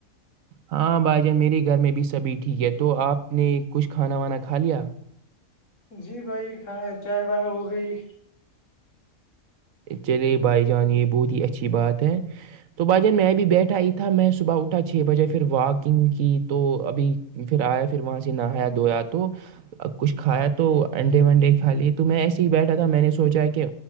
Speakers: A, on the right; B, on the left.
A: ہاں بھائی جان میرے گھر میں بھی سبھی ٹھیک ہے تو آپ نے کچھ کھانا وانا کھا لیا
B: جی بھائی کھائے چائے بائے ہو گئی
A: چلے بھائی جان یہ بہت ہی اچھی بات ہے تو بھجن میں ا بھی بیٹھائی تھا میں صبح اٹھا چھ بجے پھر واکنگ کی تو ابھی پھر آیا پھر وہاں سے نہایا دھویا تو کچھ کھایا تو انڈے وڈے کھا لیے تو میں ایسے ہی بیٹھا تھا میں نے سوچا کہ